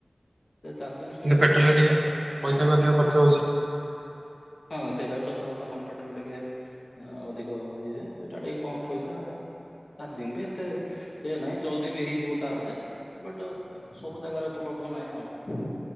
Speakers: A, on the left (about 80°); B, on the right (about 60°).
A: ସେ ଚାର୍ଜିଙ୍ଗି ଷ୍ଟେସନ
B: କିନ୍ତୁ ପେଟ୍ରୋଲରେ
A: ଟିକେ ଅ
B: ପଇସା ବି ଅଧିକ ଖର୍ଚ୍ଚ ହଉଛି।
A: ହଁ ସେଇଟା ବି ସତ କଥା ମାନେ ପେଟ୍ରୋଲ ଟିକେ ଅ ଅଧିକ ଇଏ ଏଇଟା ଟିକେ କମ ପଇସା। ଚାର୍ଜିଙ୍ଗି ବି ଏତେ ଇଏ ନାହିଁ ଜଲଦି ବି ହେଇଯିବ ଚାର୍ଜେ ବଟ୍ ସବୁ ଜାଗାରେ ଉପଲବ୍ଧ ନାହିଁ ଆଉ।